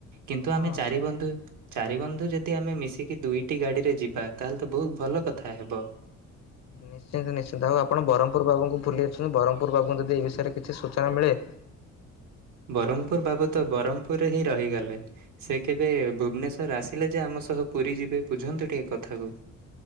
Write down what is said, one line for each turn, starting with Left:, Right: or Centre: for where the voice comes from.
Right: କିନ୍ତୁ
Left: ହଁ
Right: ଆମେ ଚାରି ବନ୍ଧୁ ଚାରି ବନ୍ଧୁ ଯ ଯଦି ଆମେ ମିଶିକି ଦୁଇଟି ଗାଡ଼ିରେ ଯିବା ତାହାଲେ ତ ବହୁତ ଭଲ କଥା ହେବ।
Left: ନିଶ୍ଚିନ୍ତ ନିଶ୍ଚିନ୍ତ ଆଉ ଆପଣ ବରମ ପୁରବାବୁଙ୍କୁ ପୁଲିଅଛନ୍ ବ୍ରହ୍ମପୁର ପୂର୍ବଙ୍କୁ ଯଦି ଏ ବିଷୟରେ କିଛି ସୂଚନା ମିଳେ
Right: ବ୍ରହ୍ମପୁର ବାବୁ ତ ବ୍ରହ୍ମପୁରରେ ହିଁ ରହିଗଲେ। ସେ କେବେ ଭୁବନେଶ୍ଵ ର ଆସିଲେ ଯେ ଆମ ସହ ପୁରୀ ଯିବେ ବୁଝନ୍ତୁ ଟିକେ କଥାକୁ।